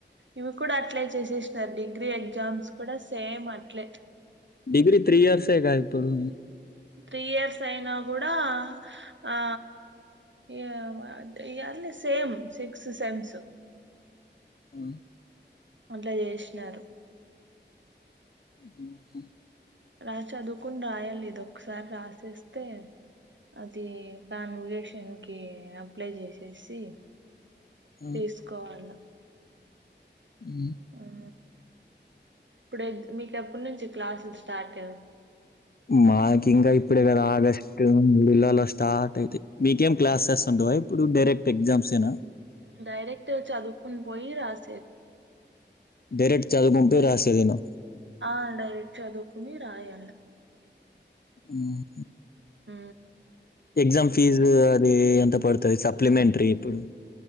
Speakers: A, on the right; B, on the left.
A: ఇవి కూడా అట్లే చేసేసినారు డిగ్రీ ఎగ్జామ్స్ కూడా సేమ్ అట్లే
B: డిగ్రీ త్రీ ఇయర్సేగా ఇప్పుడు
A: త్రీ ఇయర్స్ అయినా కూడా ఆ యామంటే ఈ అన్ని సేమ్ సిక్స్ సెమ్స్
B: ఆ,
A: అట్ల చేసినారు
B: మ్ హు
A: రా చదువుకొన్ రాయాలి ఇదొక్కసారి రాసేస్తే. అదీ కాను రిజక్షన్ కీ అప్లై చేశేశీ.
B: ఆ,
A: తీసుకోవాల
B: ఉ
A: ఆ ఇప్పుడు మీకు ఎప్పటి నుంచి క్లాసులు స్టార్టు.
B: మాక్ ఇంకా ఇప్పుడే కాదు ఆగస్ట్. టు మూడు నెలలా స్టార్ట్ అయితయి మీకేం క్లాసెస్ ఉండవా ఇప్పుడు డైరెక్ట్ ఎగ్జామ్సేనా.
A: డైరెక్ట చదువుకొని పోయి రాసేద్
B: డైరెక్ట్ చదువుకొని
A: చదువుకు
B: పోయి రాసేదేనా.
A: ఆ డైరెక్ట్ చదువుకుని రాయాల
B: ఆహ
A: ఊ
B: ఎగ్జామ్ ఫీజూ అదీ ఎంత పడుతది సప్లిమెంటరీ ఇప్పుడు.